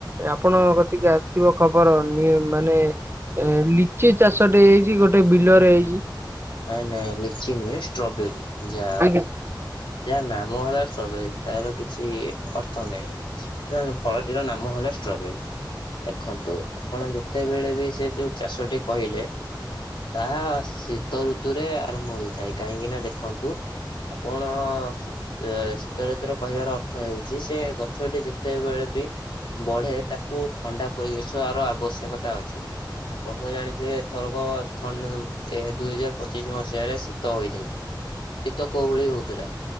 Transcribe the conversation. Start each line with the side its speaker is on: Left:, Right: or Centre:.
Right: ଆପଣଙ୍କ କତିକି ଆସିଥିବ ଖବର ନି ମାନେ ଏ ଲିଚି ଚାଷଟେ ହେଇଚି ଗୋଟେ ବିଲରେ ହେଇଚି।
Left: ନାଇଁ ନାଇଁ ଲିଚି ନୁହେଁ ଷ୍ଟ୍ରବେରୀ ଯାହା
Right: ଆଜ୍ଞା।
Left: ଯାହାର ନାମ ହେଲା ଷ୍ଟ୍ରବେରୀ ତାର କିଛି ଅର୍ଥ ନାହିଁ ଫଳଟିର ନାମ ହେଲା ଷ୍ଟ୍ରବେରି। ଦେଖନ୍ତୁ ଆପଣ ଯେତେବେଳେ ବି ସେ ଯୋଉ ଚାଷଟି କହିଲେ ତାହା ଶୀତ ଋତୁରେ ଆରମ୍ଭ ହୋଇଇଥାଏ କାହିଁକି ନା ଦେଖନ୍ତୁ ଆପଣ ଏ ଶୀତ ଋତୁୁର କହିବାର ଅର୍ଥ ହେଉଚି ସେ ଗଛଟି ଯେତେବେଳେ ବି ବଢେ ତାକୁ ଥଣ୍ଡା ପରିବେଶର ଆବଶ୍ୟକତା ଅଛି। ଆପଣ ତ ଜାଣିଥିବେ ଏଥରକ ଥଣ୍ଡ ଏ ଦୁଇହଜାର ପଚିଶ ମସିହାରେ ଶୀତ ହୋଇଥିଲେ। ଶୀତ କୋଉ ଭଳି ହଉଥିଲା